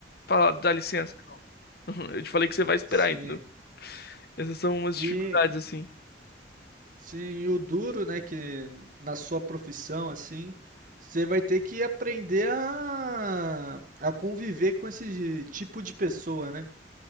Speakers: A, on the left; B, on the right.
A: falar, dá licença. não." <laughs> Eu te falei que você vai esperar,
B: Sim.
A: entendeu? Essas são umas
B: E
A: dificuldades, assim.
B: sim, e o duro, né? Que na sua profissão, assim, você vai ter que aprender a, a conviver com esse tipo de pessoa, né?